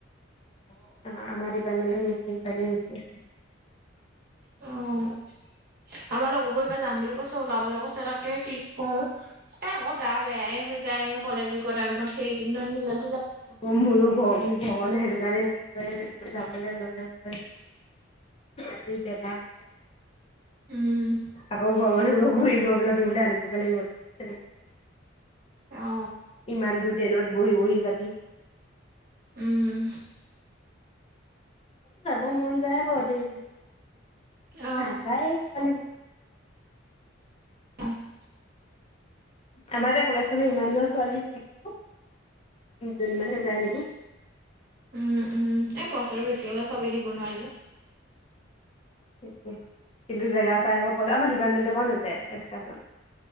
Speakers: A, on the left (about 30°); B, on the right (about 50°).
A: অহ ', আমাৰ ডিপাৰটমট মুছলিম ছোৱালী আহিছে।
B: অহ ', আমাৰ লগৰবোৰব যাম বুলি কৈছে ওলাব বোলে কৈছে তাকে কি কওঁ এ আকৌ গা বেয়াই হৈ যায় কলেজ যুৰ টাইমত সেইকেই কিদিনমান
A: ম মোৰ ঘ ধ সেইটো কাৰানে <unintelligible> যাব ল ল আ তে <unintelligible> বহ
B: উম
A: আকৌ বেমাৰ হব। গুৰি গবলৈ দেও ল আ ব লাগ <unintelligible>
B: অ
A: ইমান দূৰ ট্ৰেইনত বহি- বহি যাবি।
B: উম',
A: যাব মন যায় বাৰু দেই নিছ।
B: অ
A: নাযায় ছোৱালী
B: অহ ',
A: আমাৰ এয়া কলেজ খনে ইমান ঘৰ ছোৱালী থাকিব বিশ জনী মানে যায় নেকি।
B: উম', - উম', এই পইচাটো বেছি হলে চবেই দিব নোৱাৰি যে।
A: স <unintelligible> জো চাই আ পইচ আমাৰ দীপৰৰ্মেণ্ট পৰা নযায়। তেছ কথা